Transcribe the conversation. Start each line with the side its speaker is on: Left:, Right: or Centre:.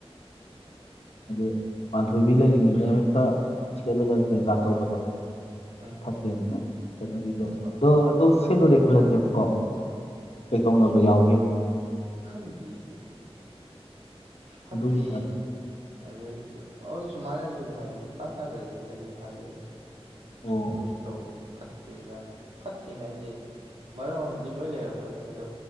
Left: ꯍꯥꯏꯗꯤ ꯄꯥꯟꯊꯣꯏꯕꯤ ꯂꯩꯔꯤꯉꯩꯗ ꯍꯦꯛꯇ ꯁꯦꯠꯂꯒ ꯀꯩꯀꯥ ꯇꯧꯕꯗꯣ
Right: ꯎꯝ
Left: ꯐꯠꯇꯦ ꯑꯗꯨ ꯆꯠꯅꯕꯤꯖꯅꯦ
Right: ꯍꯣꯏ
Left: ꯑꯗꯣ ꯑꯗꯨ ꯁꯦꯠꯂꯨꯔꯦ ꯈꯜꯂꯁꯦꯕꯀꯣ ꯀꯩꯗꯧꯅꯕ ꯌꯥꯎꯒꯦꯕ
Right: ꯈꯪ ꯗꯤꯌꯦ ꯑꯗꯨꯗꯤ ꯐꯠꯇꯦ
Left: ꯑꯗꯨꯒꯤ ꯃ-
Right: ꯑꯗꯩ ꯍꯣꯏ ꯁꯨꯃꯥꯏꯅꯖꯨꯗꯤ ꯍꯥꯏ ꯂꯨꯈ꯭ꯔꯥ ꯇꯥꯒꯜꯂꯤꯒꯥꯗꯤ ꯍꯥꯏ ꯑꯗꯨ
Left: ꯑꯣ
Right: ꯑꯗꯨꯁꯨ ꯇꯧ ꯐꯠꯇꯦ ꯀꯥꯏꯅ ꯐꯠꯇꯦ ꯍꯥꯏꯖꯦ ꯃꯔꯝꯑꯃꯗꯤ ꯂꯣꯏ ꯂꯩꯔꯝꯒꯅꯤ ꯑꯗꯣ